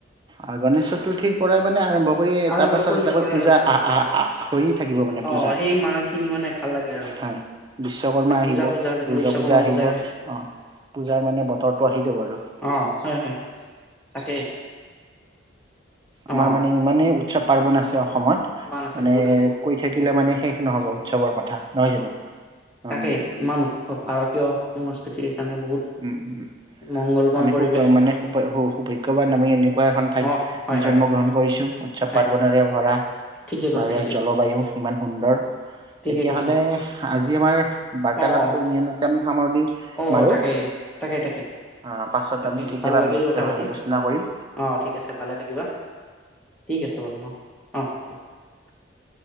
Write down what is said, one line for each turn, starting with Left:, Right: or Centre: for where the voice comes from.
Right: আৰু গণেশ চতুৰ্থীৰ পৰাই মানে আৰম্ভ কৰি এটা
Centre: আৰম্ভ
Right: পাছত
Centre: কৰিব
Right: এটাকৈ
Centre: পাৰে
Right: পূজা
Centre: আৰু
Right: আহ আহ আহ হৈয়ে থাকিব মানে
Centre: অ
Right: পূজা।
Centre: সেই মাহ খিনি মানে ভাল লাগে আৰু
Right: হয় বিশ্বকৰ্মা
Centre: মানে পূজা
Right: আহিব,
Centre: পূজা লাগে
Right: দুৰ্গা
Centre: বিশ্বকৰ্মা
Right: পূজা আহিব,
Centre: আহে
Right: অহ পূজাৰ মানে বতৰটো আহি যাব আৰু।
Centre: অ হয় হয় তাকে
Right: আমাৰ
Centre: অ
Right: মানে ইমানেই উৎসৱ পাৰৱণ আছে অসমত
Centre: ইমান আছে
Right: মানে
Centre: বহুত আছে বহুত
Right: কৈ থাকিলে মানে শেষ নহ'ব উৎসৱৰ কথা নহয় জানো।
Centre: তাকে
Right: উম
Centre: ইমান উৎসৱ ভাৰতীয় সংস্কৃতিৰ। কাৰণে বহুত
Right: উম
Centre: মংগলময়
Right: আমি
Centre: পৰিৱেশ
Right: খুব মানে সোভাগ্যবান আমি এনেকুৱা এখন ঠাইত
Centre: অ হয়
Right: আমি
Centre: হয়
Right: জন্ম গ্ৰহণ কৰিছো উৎসৱ
Centre: নাই
Right: পাৰ্বনেৰে ভৰা
Centre: ঠিকে কৈছা
Right: বা ইয়াৰ
Centre: ঠিকে
Right: জলবায়ু
Centre: কৈছা
Right: ইমান সুন্দৰ
Centre: ঠিকে
Right: তেতিয়া
Centre: কৈছা
Right: হলে আজি আমাৰ বাৰ্তালাপটো
Centre: অ
Right: ইমানতে আমি সামৰণি
Centre: অ
Right: মাৰো।
Centre: তাকেই তাকে তাকে
Right: আহ পাছত
Centre: তাকে
Right: আমি কেতিয়াবা
Centre: ভাল লাগিল
Right: বিস্তৃতভাৱে
Centre: কথা পাতি
Right: আলোচনা কৰিম
Centre: অঁ ঠিক আছে ভালে থাকিবা ঠিক আছে বাৰু অঁ অঁ। <unintelligible>